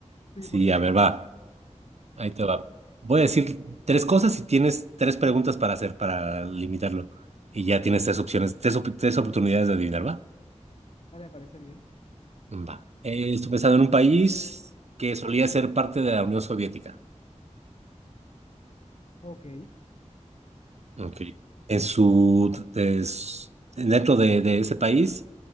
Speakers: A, on the left; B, on the right.
A: Sí,
B: Sí,
A: por supuesto.
B: a ver, va. Ahí te va. Voy a decir tres cosas y tienes tres preguntas para hacer, para limitarlo. Y ya tienes tres opciones, tres, op- tres oportunidades de adivinar, ¿va?
A: Dale, me parece bien.
B: Va. Eh, estoy pensando en un país que solía ser parte de la Unión Soviética.
A: Ok,
B: Ok. En su des- dentro de, de ese país,